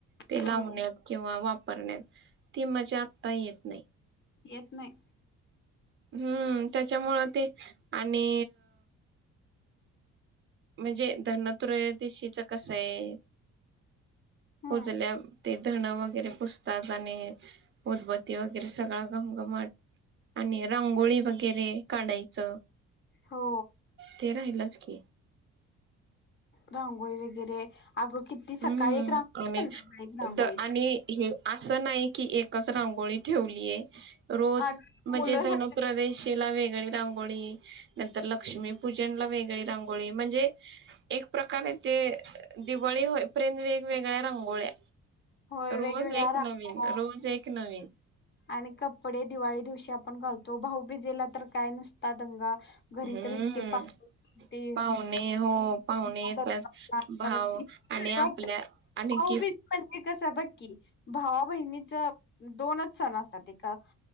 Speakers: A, on the right (about 40°); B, on the left (about 40°).
A: ते
B: होय
A: लावण्यात किंवा वा वापरण्यात ती मजा आता येत नाही.
B: येत नाही
A: हम्म त्याच्यामुळ ते आणि... म्हणजे धनत्रयोदशीच कसं आहे.
B: हम्म
A: सुजल्यावर ते धणं वगैरे पूजतात आणि उदबत्ती वगैरे सगळा घमघमट आणि रांगोळी वगैरे काढायच
B: हो
A: ते राहिलच. ओके.
B: रांगोळी वगैरे... अगं किती सकाळी
A: हम्म
B: एक रांगोळी
A: आणि
B: संध्याकाळी एक रांगोळी.
A: द आणि हे असं नाही की एकच रांगोळी ठेवली. रोज
B: अगं
A: म्हणजे
B: मुलं
A: धनत्रयोदशीला
B: सगळी
A: वेगळी रांगोळी.. नंतर लक्ष्मीपूजनला वेगळी रांगोळी म्हणजे एक प्रकारे ते दिवाळी होय. प्रेम वेगवेगळ्या रांंगोळ्या
B: होय वेगवेगळ्या
A: रोज एक
B: रांगोळ्या
A: नवीन रोज एक नवीन
B: आणि कपडे दिवाळी दिवशी आपण घालतो भाऊबीजेला तर काय नुसता दंगा घरी
A: हम्म
B: तर इतके पावणे असतात
A: पाहुणे हो पाहुणे येतात भाव
B: परत
A: आणि आपल्या आणि
B: भाऊबी
A: गिफ्ट
B: म्हणे कस बक्की भावा बहिणी च दोनच सण असतात ते का